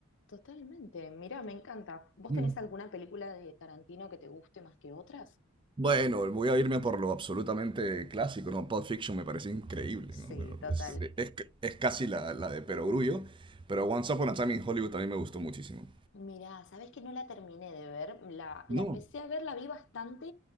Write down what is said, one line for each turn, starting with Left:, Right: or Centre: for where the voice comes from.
Left: totalmente. Mira, me encanta. ¿Vos
Right: Mm.
Left: tenés alguna película de Tarantino que te guste más que otras?
Right: Bueno, voy a irme por lo absolutamente clásico, ¿no? Pulp Fiction me parece increíble,
Left: Sí,
Right: ¿no? Pero
Left: total.
Right: es, es- es casi la, la de Perogrullo, pero Once Upon a Time in Hollywood también me gustó muchísimo.
Left: Mirá, sabes que no la terminé de ver, la, la
Right: No.
Left: empecé a ver, la vi bastante,